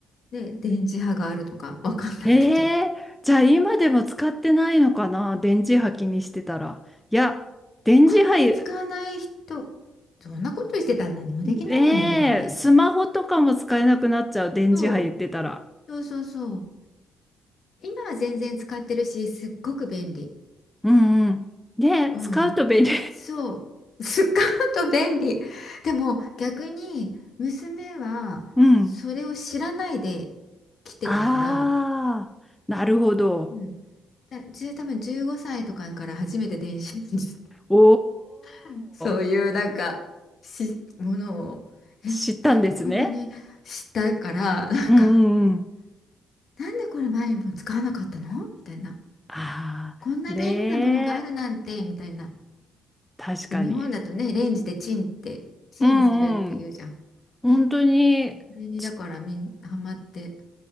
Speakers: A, on the left; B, in the centre.
A: ね、電磁波があるとかわかんないけど。
B: へえ、じゃあ今でも使ってないのかな電磁波気にしてたら。いや、電磁波
A: あんまり使わない人、そんなことしてたら何もできないよね、
B: ねえ、
A: でもね。
B: スマホとかも使えなくなっちゃう、電磁波言ってたら。
A: そう、そうそうそう。今は全然使ってるし、すっごく便利。
B: うんうん。ねえ、
A: うん。
B: 使うと便利。
A: そう。<laughs> 使うと便利。でも逆に娘はそれを知らないで
B: <laughs> うん。
A: 来てたから、
B: ああ、なるほど。
A: うん。だ、じゅう多分15歳とかから初めて電子レンジ
B: お
A: <laughs> そういうなんかしものをえなんでこんなに知ったからなんか
B: ー、知ったんですね。うんうんうん。
A: なんでこれ前にも使わなかったのみたいな
B: ああ、
A: こんな便利なものがあるなんてみたいな
B: ねえ、確かに。
A: で、日本だとね、レンジでチンって、チンするっていうじゃん。
B: うんうん。本当に、
A: ね。それにだからみんハマって。
B: ち